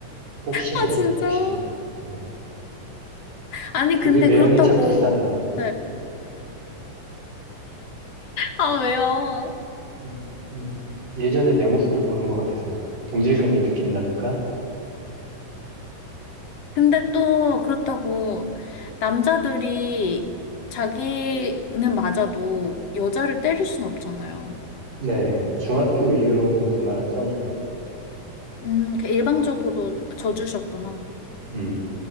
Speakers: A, on the right; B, on the left.
A: 복싱을
B: 아,
A: 했지,
B: 진짜.
A: 복싱을. 네.
B: 아니,
A: 우리
B: 근데
A: 매형이
B: 그렇다고.
A: 참 불쌍해.
B: 네. 아, 왜요?
A: 음, 음. 예전에 내 모습을 보는 것 같아서요. 동질감을 느낀달까?
B: 근데 또 그렇다고 남자들이 자기는 맞아도 여자를 때릴 순 없잖아요.
A: 네, 중학교 이후로는 누나랑 싸운 적이 없는 것 같아요.
B: 음, 그 일방적으로 져주셨구나.
A: 음,